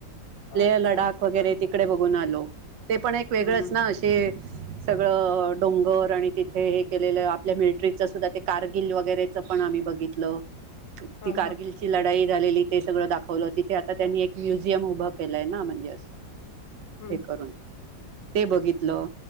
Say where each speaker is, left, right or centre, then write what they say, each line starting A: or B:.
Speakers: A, on the left (about 85°); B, on the right (about 80°).
A: अच्छा
B: लेह लडाख वगैरे
A: बरं.
B: तिकडे बघून आलो ते पण एक वेगळंच
A: हम्म
B: ना असे सगळं डोंगर आणि तिथे हे केलेलं आपल्या मिल्ट्री सुद्धा ते कारगिल वगैरेच ते पण आम्ही बगितलं
A: हा
B: ती कारगिलची
A: हा
B: लढाई झालेली ते सगळं दाखवलं तिथे आता त्यांनी एक म म्युझियम उभं केलंय ना म्हणजे असं
A: हम्म
B: हे करून ते बघितलं